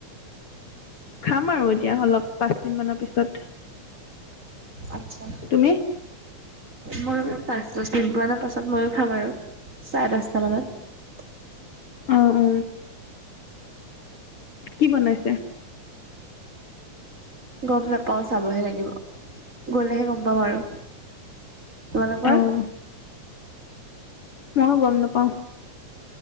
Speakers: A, on the left (about 50°); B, on the right (about 25°).
A: খাম আৰু এতিয়া অলপ পাঁচ মিনিট মানৰ পিছত।
B: আটছা।
A: তুমি
B: মই পাঁচ দহ মিনিট মানৰ পাছত ময়ো খাম আৰু চাৰে দহটা মানত।
A: আহ, অ'। কি বনাইছে?
B: গম নাপাও, চাবহে লাগিব গলেহে গম পাম আৰু। তোমালোকৰ?
A: অ' ময়ো গম নাপাও।